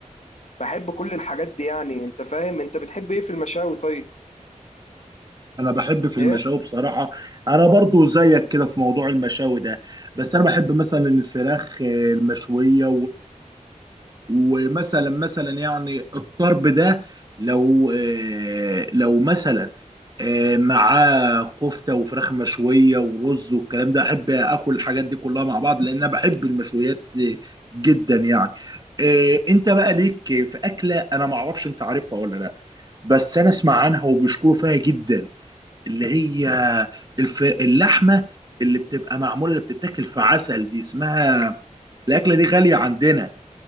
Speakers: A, on the left; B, on the right.
A: بحب كل الحاجات دي يعني انت فاهم انت بتحب ايه في المشاوي طيب
B: أنا بحب في المشاوي
A: ايه
B: بصراحة أنا برضو زيك كده في موضوع المشاوي ده بس أنا بحب مثلا الفراخ المشوية ومثلا مثلا يعني الطرب ده لو آه، لو مثلا آه، معاه كفته وفراخ مشويه ورز والكلام ده احب اكل الحاجات دي كلها مع بعض لان انا بحب المشويات آه، جدا يعني آه، انت بقى ليك في اكله انا ما اعرفش انت عارفها ولا لا بس انا اسمع عنها وبيشكروا فيها جدا اللي هي الف... اللحمه اللي بتبقى معموله اللي بتتاكل في عسل دي اسمها الاكله دي غاليه عندنا